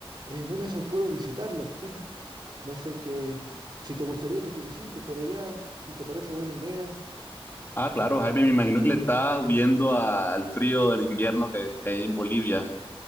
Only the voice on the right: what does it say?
en una de esas puedo visitarlo. <laughs> No sé qué, si te gustaría que te visite por allá, si te parece buena idea.